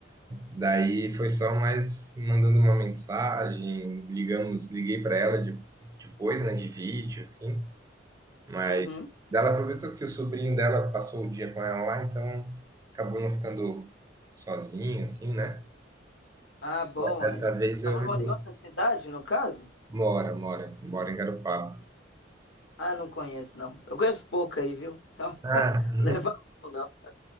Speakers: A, on the right; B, on the left.
A: Daí foi só mais mandando uma mensagem, ligamos, liguei para ela de- depois, né, de vídeo, assim, mas
B: Uhum.
A: ela aproveitou que o sobrinho dela passou o dia com ela lá, então acabou não ficando sozinho, assim, né?
B: Ah, bom.
A: Dessa
B: aí.
A: vez
B: A sua
A: eu
B: mãe
A: resolvi.
B: mora em outra cidade, no caso?
A: Mora, mora, mora em Garopaba.
B: Ah, não conheço, não. Eu conheço pouco aí, viu? Então,
A: Ah,
B: <laughs> leva a mão, não.